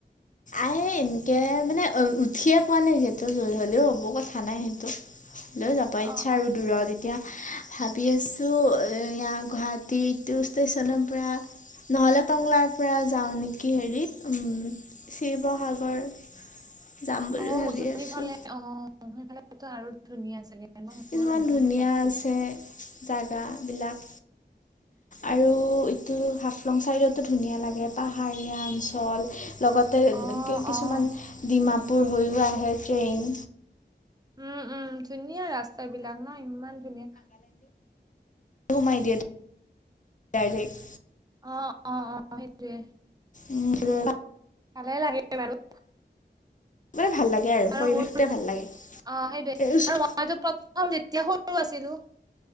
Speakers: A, on the left; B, on the right.
A: আহিম কে মানে উঠিয়ে পোৱা নাই যিহেতু হলেও অবোৰ কথা নাই সেইটো। লৈ যাব ইচ্ছা
B: অ অ
A: আৰু দূৰত এতিয়া ভাবি আছোঁ। ইয়াৰ গুৱাহাটী ষ্টে্যনৰ পৰা নহ'লে টংলাৰ পৰা যাওঁ নেকি হেৰিত উম। শিৱসাগৰ যাম বুলি
B: অ
A: ভাবি
B: উজনি
A: আছোঁ
B: ফালে অ সেইফালে আৰু ধুনীয়া চাগে মোৰো
A: কিছুমান
B: একদম
A: ধুনীয়া
B: বহুত
A: আছে
B: ইচ্ছা।
A: জাগাবিলাক আৰু এইটো হাফলং চাইডতো ধুনীয়া লাগে পাহাৰীয়া অঞ্চল। লগতে
B: অ
A: কিছুমান
B: অ
A: ডিমাপ কপোৰ হৈও আহে ট্ৰেইন।
B: উম উম। ধুনীয়া ৰাস্তা বিলাক ন ইমান ধুনীয়া।
A: মাইডিয়া ডাইৰেক
B: অ অ অ সেইটোৱে।
A: উম ৰবা।
B: ভালে লাগে বাৰু
A: মেনে ভাল লাগে।
B: আৰু
A: পৰিৱেশটোৱে
B: মোৰ অ
A: ভাল লাগে
B: সেইটোৱে
A: এই ওচ-
B: আৰু মইতো প্ৰথম যেতিয়া সৰু আছিলো।